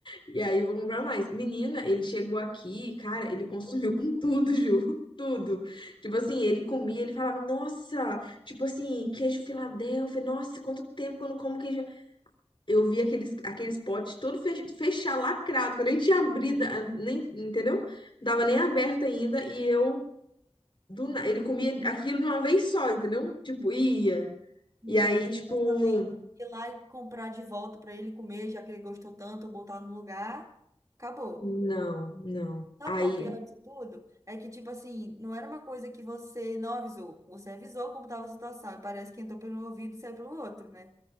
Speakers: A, on the left (about 50°); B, on the right (about 30°).
A: E aí eu vou comprar mais. Menina,
B: Então,
A: ele chegou aqui, cara, ele consumiu
B: pagou tudo.
A: com tudo, Ju, <laughs> tudo. Tipo assim, ele comia, ele falava, nossa, tipo assim, queijo Filadélfia, nossa, quanto tempo que eu não como queijo eu vi aqueles, aqueles potes todo fech- fechado, lacrado, que eu nem tinha
B: Uhum.
A: abrido, ah, nem, entendeu? Não tava nem aberto ainda, e eu, do na- ele comia aquilo de uma vez só, entendeu? Tipo, ia.
B: Meu
A: E aí,
B: Deus,
A: tipo,
B: mas também ir lá e comprar de volta para ele comer, já que ele gostou tanto, botar no lugar, acabou.
A: não, não.
B: Sabe
A: Aí,
B: qual é o pior disso tudo? É que, tipo assim, não era uma coisa que você não avisou. Você avisou como estava a situação. E parece que entrou pelo um ouvido e saiu pelo outro, né?